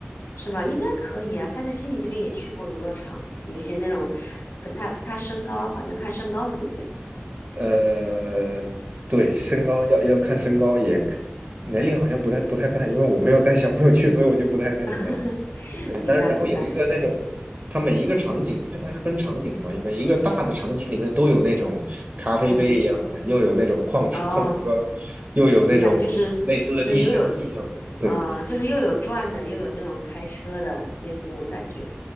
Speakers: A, on the left; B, on the right.
A: 是吗？应该可以啊。他在悉尼这边也去过游乐场，有些那种，可他他身高好像看身高的，对不对？
B: 呃，对，身高要要看身高也，年龄好像不太不太看，因为我没有带小朋友去，所以我就不太那什么了。
A: <laughs> 明白明白，
B: 但是然后有一个那种，它每一个场景，
A: 嗯
B: 因为它是分场景的嘛，每一个大的场景里面都有那种咖啡杯一样的，
A: 嗯，
B: 又有那种矿车矿车，
A: 哦，
B: 又有那种类似的历险记一样的，
A: 明白，就是就是又有，
B: 对
A: 嗯，就是又有转的，又有那种开车的，类似那种感觉，